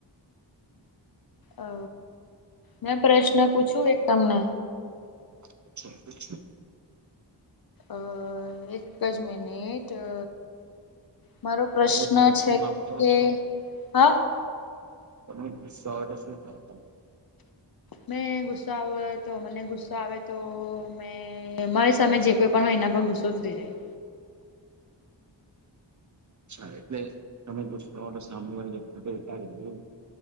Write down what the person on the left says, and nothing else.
અ મેં પ્રશ્ન પૂછુ, એક તમને
અ એક જ મનિટ અ મારો પ્રશ્ન
છે
કે,
હા- -
મેં ગુસ્સો આવો તો મને ગુસ્સો આવે તો મેં મારી સામે જે કોઈ પણ હોય એના પર ગુસ્સો ઉથરી જાય